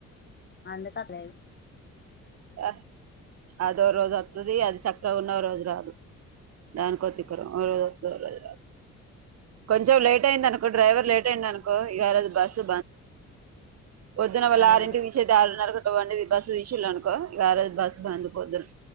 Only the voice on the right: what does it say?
ఆ అదో రోజు వస్తుది అది చక్కగా ఉన్న రోజు రాదు దనికి కొతికరజ <inaudible> కొంచెం లేట్ అయింది అనుకుంటారు లేట్ అయింది అనుకో ఇంకా ఆరోజు బస్సు పొద్దున వాళ్లు
ఆరింటికి తీసే దా <inaudible> రున్నారుది బస్ తీసుళ్ళను కొ ఆరోజు బస్సు బంద్ పొద్దున్నే